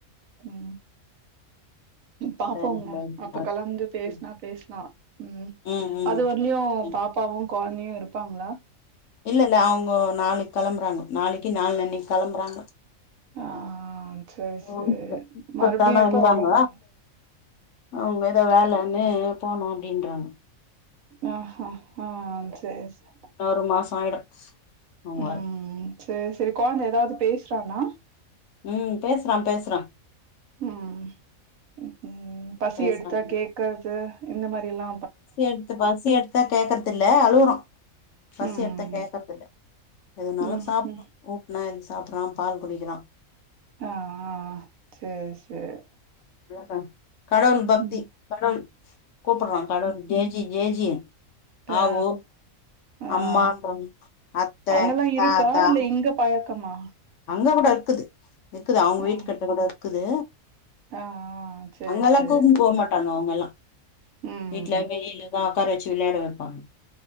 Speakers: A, on the right; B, on the left.
A: ம் பாப்போங்க
B: சரி சரி
A: அப்ப
B: ஓகே.
A: கலந்து பேசனா பேசலா ம்
B: ம்
A: அது
B: ம்
A: வரயு
B: ம்
A: பாப்பாவும் கார்னியு இருப்பாங்களா
B: இல்ல இல்ல அவங்க நாளைக்கு கிளம்புறாங்க நாளைக்கு நாலு அன்னைக்கு கிளம்புறாங்க
A: ஆ சேரி
B: <unintelligible>
A: சேரி மறுபடியு
B: த்தான் இருந்தாங்க
A: எப்ப வராங்க
B: அவங்க ஏதோ வேலைன்னு போனோ அப்டின்றங்க
A: ஆ ஆ ஆ சேரி சார்
B: ஆறு மாசம் ஆயிடு அவங்கரு
A: ம் சேரி சேரி கொழந்த ஏதாவது பேசுறான்னா
B: ம் பேசுறா பேசுறா
A: ம் ம் பசி
B: பேசுறான்
A: எடுத்தா கேக்றது இந்த மாதிரில்லா
B: பசி எடுத்து பசி எடுத்தா கேக்கறது இல் அழுவுற பசி
A: ம்
B: எடுத்தா கேக்கறது இல்ல எதனாலு
A: ம்
B: சாப்
A: ம்
B: ஊட்னா எதுக்கு சாப்றான் பால் குடிக்கிறா
A: ஆ ஆ சேரி சேரி
B: அழகா கடவுள் பக்தி
A: ம்
B: கடவுள் கூப்புறா கடவுள் ஜேஜி ஜேஜி அவு
A: ஆ ஆ
B: அம்மா அத்த
A: அங்கல்லா இருக்கா
B: தாத்தா
A: இல்ல இங்க பழக் கமா
B: அங்க கூட இருக்குது இருக்குது அவங்க
A: ஆ
B: வீட்டு கட்ட கூட இருக்குது
A: ஆ ஆ சேரி
B: அங்கெல்லாம்
A: சேரி
B: கூப்னு போக மாட்டோ ப அவங்க எல்லா
A: ம்
B: வீட்டுல வெளியிலதா உக்கார வச்சு விளையாட வைப்பாங்க